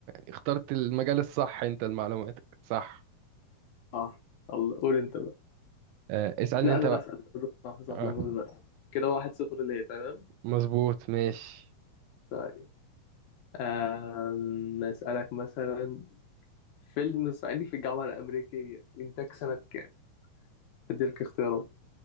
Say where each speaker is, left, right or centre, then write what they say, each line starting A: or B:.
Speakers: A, on the right (about 90°); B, on the left (about 75°).
A: اخترت المجال الصح انت المعلومات صح
B: آه الله قول أنت بقى
A: آه اسألني
B: لا
A: انت
B: أنا
A: بقى
B: اللي أسأل صح صح
A: آه
B: ده أنا بقى كده واحد صفر ليه تمام؟
A: مظبوط ماشي
B: طيب أم، أسألك مثلا فيلم صعيدي في الجامعة الأمريكية إنتاج سنة كام؟ أديلك اختيارات